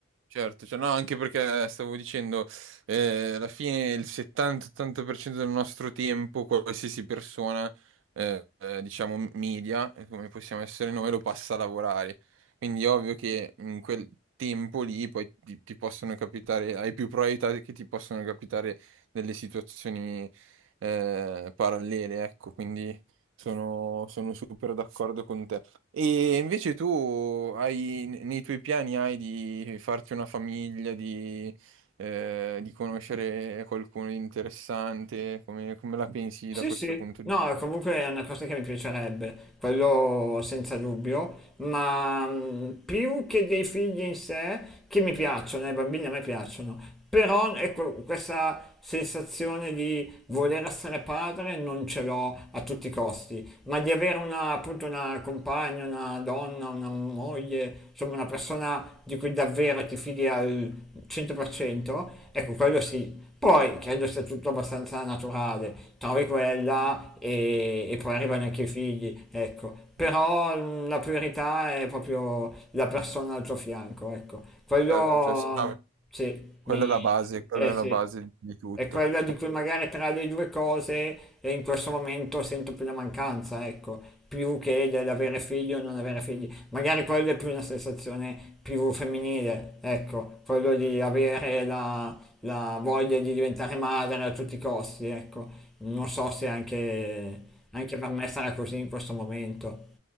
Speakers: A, on the right; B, in the centre.
A: Certo, cioè, no, anche perché stavo dicendo, eh, alla fine il 70-80% del nostro tempo, qualsiasi persona, eh, eh, diciamo, media, eh, come possiamo essere noi, lo passa a lavorare. Quindi è ovvio che in quel tempo lì poi ti, ti possono capitare, hai più probabilità che ti possano capitare delle situazioni, eh, parallele, ecco, quindi sono sono super d'accordo con te. E invece tu hai, nei tuoi piani hai di farti una famiglia, di, eh, di conoscere qualcuno di interessante, come, come la pensi
B: Sì,
A: da questo
B: sì,
A: punto di
B: no, comunque è una cosa che mi piacerebbe, quello senza dubbio, ma mh, più che dei figli in sé, che mi piacciono, i bambini a me piacciono, però ecco, questa sensazione di voler essere padre non ce l'ho a tutti i costi, ma di avere una, appunto una compagna, una donna, una moglie, insomma una persona di cui davvero ti fidi quindi al 100%, ecco quello sì. Poi credo sia tutto abbastanza naturale, trovi quella e, e poi arrivano anche i figli, ecco. Però
A: vista?
B: mh, la priorità è proprio la persona al tuo fianco, ecco. Quello
A: Certo, cioè, sì, no,
B: sì,
A: quella
B: mi...
A: è la base, quella
B: Eh sì.
A: è la base di tutto.
B: È quella di cui magari tra le due cose eh, in questo momento sento più la mancanza, ecco, più che dell'avere figli o non avere figli magari quella è più una sensazione più femminile, ecco, quello di avere la, la voglia di diventare madre a tutti i costi, ecco. Non so se anche, anche per me sarà così in questo momento.